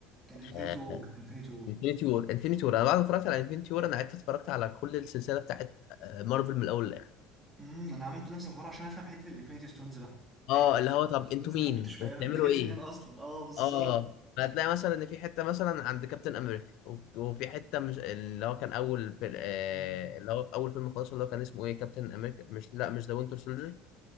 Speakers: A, in the centre; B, on the left.
A: كان انفينيتي
B: آه.
A: وور انفينيتي وور
B: انفينيتي وور انفينيتي وور انا بعد ما اتفرجت على انفينيتي وور انا قعدت اتفرجت على كل السلسله بتاعت آه، مارفل من الاول للاخر
A: امم انا عملت نفس الحوار عشان افهم حته الانفينيتي ستونز بقى حته
B: اه
A: الانفينيتي
B: اللي هو طب
A: ستونز
B: انتوا مين
A: دي ما كنتش فاهمها
B: وبتعملوا
A: انت جت
B: ايه
A: منين اصلا اه بالظبط
B: اه فهتلاقي مثلا ان في حته مثلا عند كابتن امريكا و- وفي حته مش اللي هو كان اول في آه
A: امم
B: اللي هو في اول فيلم خالص اللي هو كان اسمه ايه كابتن امريكا مش لا مش ذا وينتر سولجر